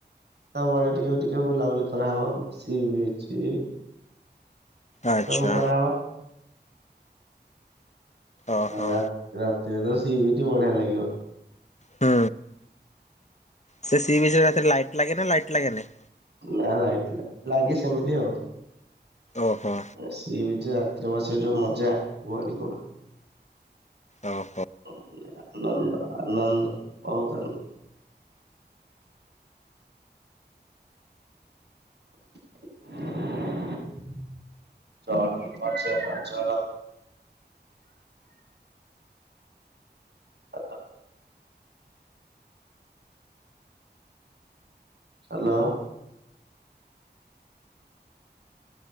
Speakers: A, on the right (about 65°); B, on the left (about 40°).
A: ସବୁଆଡେ ଟିକେ ଟିକେ ବୁଲାବୁଲି କରାହବ। ସି ବିଚି
B: ଆଚ୍ଛା
A: ସବୁ କରାହବ।
B: ଓହୋ
A: ଆଉ ରା-ରାତିରେ ତ ସି ବିଚ୍ ବଢିଆ ଲାଗିବ।
B: ହୁଁ। ସେ ସି ବିଚ୍ ରେ ରାତିରେ ଲାଇଟ୍ ଲାଗେ ନା ଲାଇଟ୍ ଲାଗେନି?
A: ନା ଲାଇଟି ଲା- ଲାଗେ ସେମିତି ଆଉ।
B: ଓହୋ।
A: ସି ବିଚ୍ ରେ ରାତିରେ ବସିବା ଯୋଉ ମଜା କୁହନି କୁହନି।
B: ଓହୋ।
A: <unintelligible> ଆନନ୍ଦ ଆନନ୍ଦ ବହୁତ ଆନ <unintelligible> <unintelligible> ହ୍ୟାଲୋ।